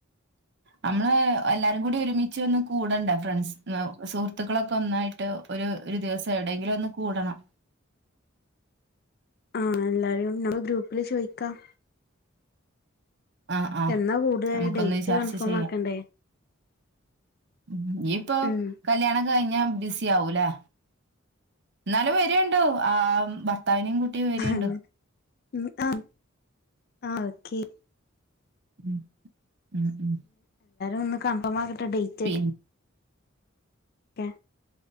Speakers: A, on the right; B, on the left.
A: നമ്മള് എല്ലാരും കൂടി ഒരുമിച്ച് ഒന്ന് കൂടണ്ടെ ഫ്രണ്ട്സ് സുഹൃത്തുക്കളൊക്കെ ഒന്നായി ട്ട് ഒരു ഒരു ദിവസം എവിടെയെങ്കിലും ഒന്ന് കൂടണം
B: ആഹ് എല്ലാരും നമ്മള് ഗ്രൂപ്പില് ചോയിക്കാം
A: ആഹ് ആഹ്
B: എന്നാ കൂടാ
A: നമുക്കൊന്ന്
B: ഡേറ്റ്
A: ചർച്ച
B: കൺഫേം
A: ചെയ്യാം
B: ആക്കണ്ടേ
A: ഉം ഇയ്യ്പ്പൊ
B: ഉം
A: കല്യാണം കഴിഞ്‌ ബിസി ആവൂല്ലേ ന്നാലും വരേണ്ടൂ ർത്താവിനേം കൂട്ടി വരേണ്ടു
B: അങ്ങനെ ഉം ആഹ് ആഹ് ഓക്കെ
A: ഉം ഉം ഉം
B: ഒന്ന് കൺഫേം ആക്കട്ടെ ഡേറ്റ്
A: പിന്നെ
B: ക്കെ